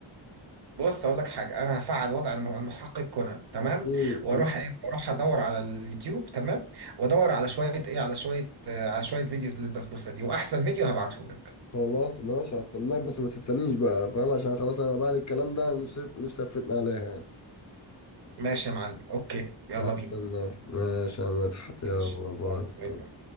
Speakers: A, on the right; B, on the left.
A: بص اقول لك حاجه انا هفعل وضع الم- المحقق كونان تمام
B: امم
A: واروح ايه واروح ادور على اليوتيوب تمام وادور على شويه ايه على شويه آه، على شويه فيديوز للبسبوسه دي واحسن فيديو هبعته لك
B: خلاص ماشي هستناك بس ما تستنيش بقى فاهم عشان خلاص انا بعد الكلام ده نفسي نفسي افتنا عليها يعني
A: ماشي يا معلم اوكي يلا
B: هستناك
A: بينا
B: ماشي يا مدحت يلا
A: ماشي
B: باي
A: يلا
B: سلام
A: باي باي